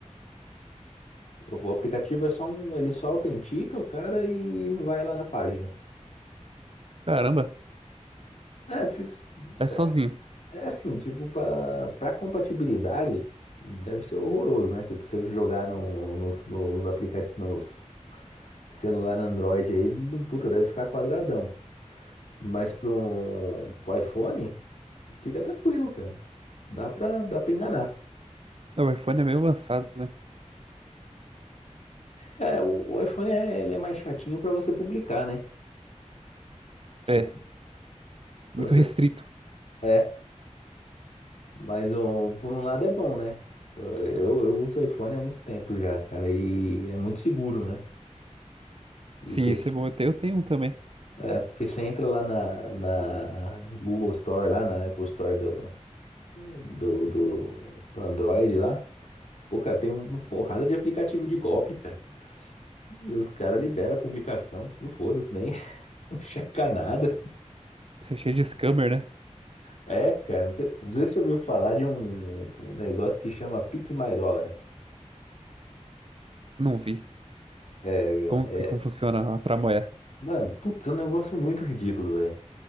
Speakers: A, on the left; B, on the right.
A: O o aplicativo é só um, ele só autentica o cara e vai lá na página.
B: caramba,
A: É, fi-
B: vai sozinho.
A: é é assim, tipo, pra, pra compatibilidade deve ser horroroso, né? Tipo, você jogar no, nos, nos aplicativos, nos celular Android aí, no- puta, deve ficar quadradão. Mas pro, pro iPhone, fica tranquilo, cara. Dá pra, dá pra enganar.
B: O iPhone é meio avançado, né?
A: É, o, o iPhone é, ele é mais chatinho pra você publicar, né? Você,
B: É,
A: pra
B: muito
A: você,
B: restrito.
A: é, mas um, por um lado é bom, né? Eu, eu uso iPhone há muito tempo já, cara, e é muito seguro, né? Porque
B: Sim, isso é bom. Eu tenho eu tenho um também.
A: É, porque você entra lá na, na Google Store, lá na Apple Store do, do, do, do Android lá. Pô, cara, tem uma porrada de aplicativo de golpe, cara. E os caras liberam a publicação, tipo, foda-se, nem <laughs> não checa nada.
B: Isso é cheio de scammer, né?
A: É, cara, não sei, não sei se você ouviu falar de um, um negócio que chama Pix My Dollar.
B: Não vi.
A: É, cara,
B: Como que
A: é,
B: como funciona a tramoia?
A: mano, putz, é um negócio muito ridículo, velho.